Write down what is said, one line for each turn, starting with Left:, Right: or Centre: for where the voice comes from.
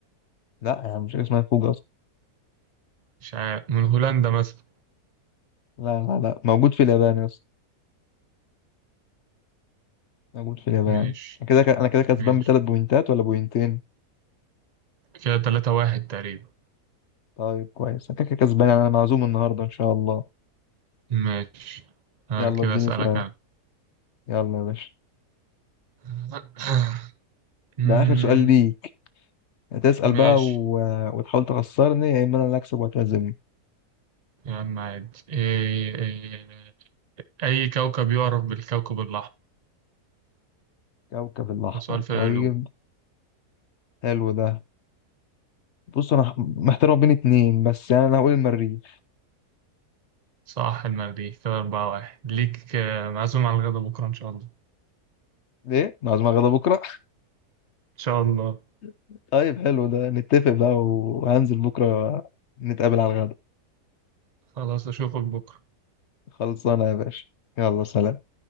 Left: لا يعني مش اسمها فوج اصلا
Right: مش عارف من هولندا مثلا
Left: لا لا لا موجود في اليابان يا اسطى موجود في اليابان
Right: ماشي
Left: أنا كده ك... انا كده كسبان
Right: ماشي
Left: بثلاث بوينتات ولا بوينتين
Right: كده تلاتة واحد تقريبا
Left: طيب كويس انا كده كده كسبان يعني، انا معزوم النهارده ان شاء الله
Right: ماشي آه
Left: يلا
Right: كده
Left: اديني
Right: أسألك
Left: سؤال
Right: أنا
Left: يلا يا باشا
Right: <coughs> مم،
Left: ده اخر سؤال ليك هتسأل بقى
Right: ماشي
Left: و... وتحاول تخسرني يا اما انا اللي اكسب وتعزمني
Right: يا عم عادي إيه إيه أي كوكب يعرف بالكوكب الأحمر
Left: كوكب الاحمر
Right: ده سؤال
Left: طيب
Right: في العلوم
Left: حلو ده بص انا ح- محتار ما بين اتنين بس يعني انا هقول المريخ
Right: صح المريخ كده أربعة واحد ليك آه، معزوم على الغدا بكرة إن شاء الله
Left: ليه معزوم على غدا بكره
Right: إن شاء الله
Left: <laughs> طيب حلو ده نتفق بقى وهنزل بكره نتقابل على الغدا
Right: خلاص أشوفك بكرة
Left: خلصانة يا باشا يلا سلام